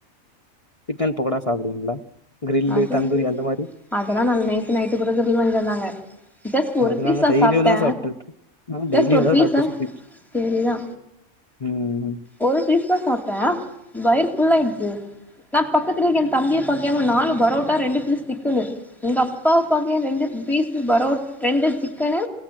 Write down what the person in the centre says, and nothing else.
அது
அதெல்லா நானு நேத்து நைட்டு கூட விருந்தாளிங்க வந்தாங்க ஜஸ்ட் ஒரு
பீஸ்தா
சாப்ட்ட.
ஜஸ்ட் ஒரு
பீஸா
சேரியா
ஒரு பீஸ் தா சாப்ட்ட. வயிறு ஃபுல் ஆயிடுச்சு. நா பக்கத்துல இருக்க எ தம்பிய பாக்யே அவ நாலு பரோட்டா ரெண்டு பீஸ் திக்குனு எங்க அப்பாவ பாக்கயே ரெண்டு பீஸ்சு பரோட் ரெண்டு சிக்கெனு